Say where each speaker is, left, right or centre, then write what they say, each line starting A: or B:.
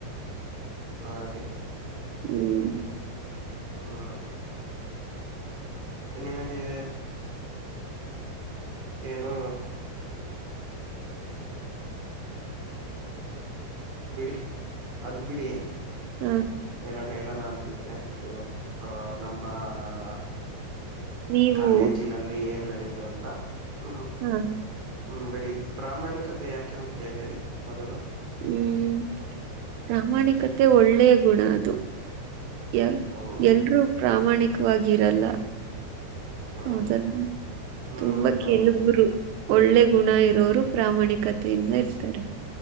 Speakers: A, on the right; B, on the right.
A: ಹಾಗೆ.
B: ಹ್ಮ್.
A: ಹ್ಮ. ನಿಮಗೆ. ಏನು. ಬಿಡಿ ಅದ್ ಬಿಡಿ
B: ಹ್ಮ್ಮ್
A: ಏನೋ ಹೇಳೋನಾ ಅಂತ ಇದ್ದೆ ಇವತ್ತು ನಮ್ಮ ಆಹ್ಹ್
B: ನೀವು
A: ಕಾಲೇಜಿನಲ್ಲಿ ಏನ್ ನಡೀತು ಅಂತ ಹ್ಮ್.
B: ಹ್ಮ್
A: ಹ್ಮ್ ಬಿಡಿ ಪ್ರಾಮಾಣಿಕತೆ ಯಾಕೆ ಮುಖ್ಯ ಹೇಳಿ ಮೊದಲು.
B: ಹ್ಮ್ ಪ್ರಾಮಾಣಿಕತೆ ಒಳ್ಳೆಯ ಗುಣ ಅದು ಅಹ್
A: ಹೌದು
B: ಎಲ್ಲರೂ ಪ್ರಾಮಾಣಿಕವಾಗಿರಲ್ಲ
A: ಹೌದು
B: ಹೌದಲ್ಲ
A: ಹ್ಮ್
B: ತುಂಬಾ
A: ಹೌದು
B: ಕೆಲವರು ಒಳ್ಳೆ ಗುಣ ಇರೋರು ಪ್ರಾಮಾಣಿಕತೆಯಿಂದ ಇರ್ತರೆ